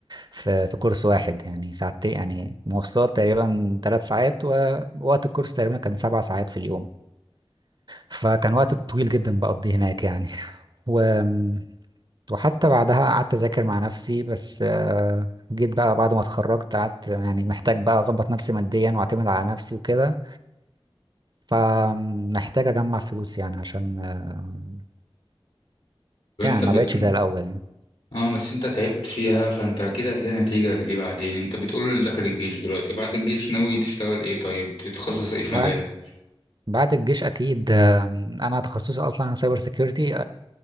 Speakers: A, on the right (about 50°); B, on the left (about 80°).
A: في في كورس واحد يعني ساعتين يعني مواصلات تقريبا 3 ساعات ووقت الكورس تقريبا كان 7 ساعات في اليوم فكان وقت طويل جدا بقضيه هناك يعني <laughs> وحتى بعدها قعدت أذاكر مع نفسي بس آه، جيت بقى بعد ما اتخرجت قعدت يعني محتاج بقى أظبط نفسي ماديا وأعتمد على نفسي وكده فمحتاج أجمع فلوس يعني عشان آه،
B: وانت
A: يعني ما
B: بت
A: بقتش زي الأول يعني
B: اه بس انت تعبت فيها فانت اكيد هتلاقي نتيجه لدي بعدين انت بتقول داخل الجيش دلوقتي بعد الجيش ناوي تشتغل ايه طيب تتخصص ايه في
A: بعد
B: مجالك
A: بعد الجيش أكيد آم، أنا تخصصي أصلا سايبر سيكيورتي